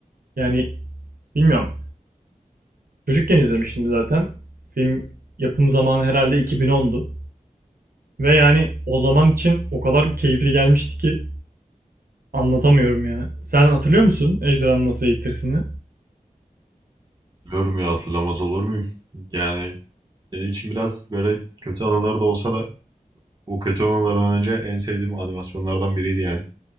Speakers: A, on the right (about 90°); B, on the right (about 30°).
A: Yani bilmiyorum. Çocukken izlemiştim zaten. Film yapım zamanı herhalde 2010'du. Ve yani o zaman için o kadar keyifli gelmişti ki Anlatamıyorum ya. Sen hatırlıyor musun ejderhanın nasıl eğittirisini?
B: Biliyorum ya hatırlamaz olur muyum? Yani benim için biraz böyle kötü anıları da olsa da bu kötü anılardan önce en sevdiğim animasyonlardan biriydi yani.